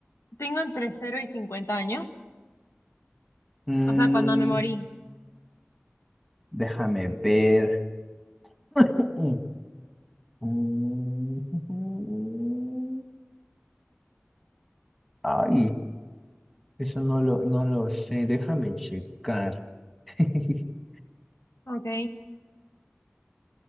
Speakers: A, on the left (about 80°); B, in the centre.
A: tengo entre cero y 50 años.
B: Mm,
A: O sea, cuando me morí.
B: déjame ver. <clears throat> Mm, <laughs> mm, mm. Ay, eso no lo, no lo sé. Déjame checar. <laughs>
A: Ok.